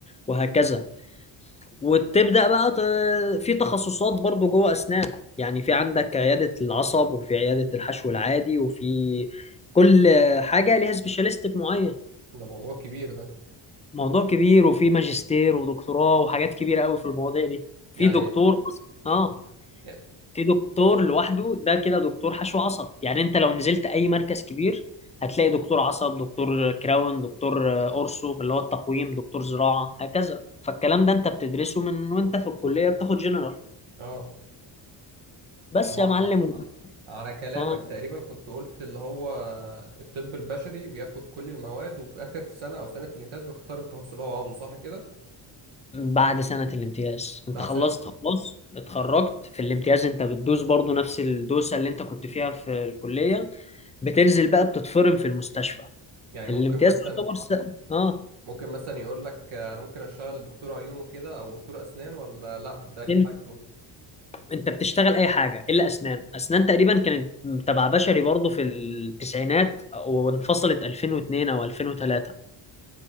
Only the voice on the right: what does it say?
ده موضوع كبير ده
يعني
يع-
اه
طب ع-
ع- على كلامك
تقريبا كنت قلت اللي هو الطب البشري بياخد كل المواد وفي آخر سنة أو سنة الامتياز بيختار التخصص اللي هو عاوزه صح كده؟
مع
سنة
يعني
ممكن مثلا
ممكن مثلا يقول لك آه، أنا ممكن أشتغل دكتور عيون وكده أو دكتور أسنان ولا لأ ده ليه
حاجته